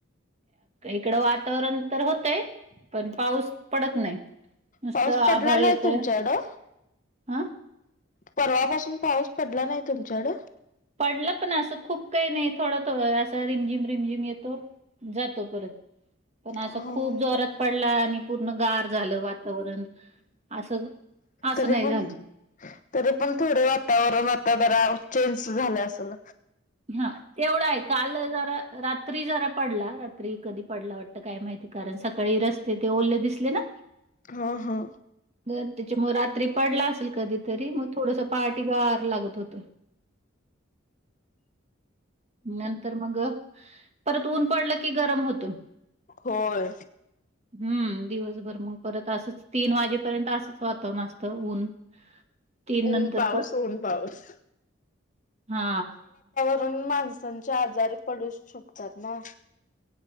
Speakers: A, on the right (about 35°); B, on the left (about 40°).
A: इकडं वातावरण तर होतंय पण पाऊस पडत नाही नुसतं
B: पाऊस
A: आभाळ
B: पडला नाही
A: येतय
B: तुमच्याकडं
A: हा
B: परवापासून पाऊस पडला नाही तुमच्याकड
A: पडलं पण असं खूप काही नाही थोडं थो असं रिमझिम रिमझिम येतो जातो परत पण असं
B: हा
A: खूप जोरात पडला आणि पूर्ण गार झालं वातावरण असं असं
B: तरी
A: नाही
B: पण
A: झालं.
B: तरी पण थोडे वातावरण आता जरा चेंज झालं असल,
A: हा तेवढं आहे काल जरा रात्री जरा पडला रात्री कधी पडला वाटत काय माहिती कारण सकाळी रस्ते ते ओरले दिसले ना,
B: हा हा.
A: त्याच्या मग रात्री पडला असेल कधीतरी मग थोडस पार्टी गार लागत होत. नंतर मग परत ऊन पडलं की गरम होतं.
B: होय.
A: हम्म दिवसभर मग परत असंच तीन वाजेपर्यंत असंच वाातवण असत. ऊन तीन नंतर
B: ऊन पाऊस ऊन पाऊस.
A: हा
B: पण माणसांच्या आजारी पडू शकतात ना